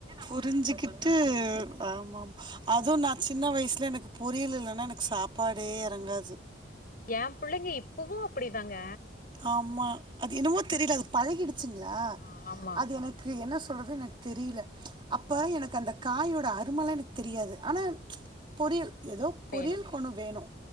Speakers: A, on the right (about 25°); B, on the left (about 50°).
A: புரிஞ்சுிக்கிட்டு ஆம
B: அ
A: அதுவும் நான் சின்ன வயசுல எனக்கு பொரியல் இல்லைனா எனக்கு சாப்பாடே இறங்காது
B: ஏ புள்ளைங்க இப்பவு அப்டிதாங்க
A: ஆமா அது என்னமோ தெரியல அது பழகிடுச்சுங்களா
B: அ ஆமா
A: அது எனக்கு என்ன சொல்து எனக்கு தெரியல அப்ப
B: ம்
A: எனக்கு
B: ம்
A: அந்த காயோட அருமல எனக்கு தெரியாது ஆனா
B: ம்
A: பொரியல் ஏதோ
B: வேணு
A: பொரியல்க்கு ஒன்னு வேணு